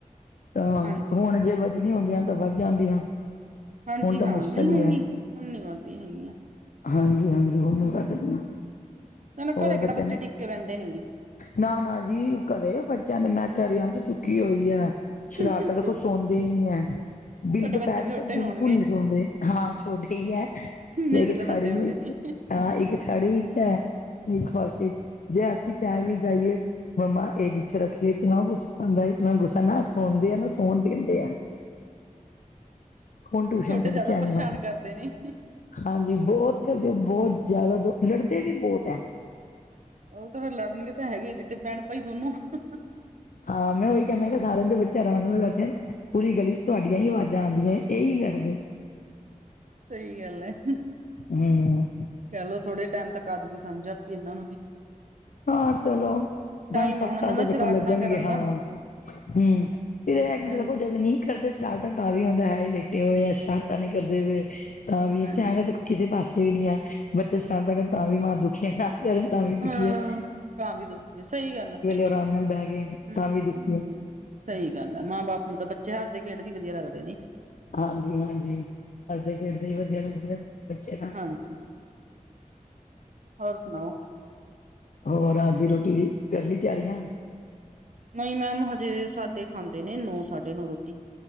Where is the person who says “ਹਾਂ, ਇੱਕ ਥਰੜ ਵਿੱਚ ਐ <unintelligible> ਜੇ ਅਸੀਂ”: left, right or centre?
Left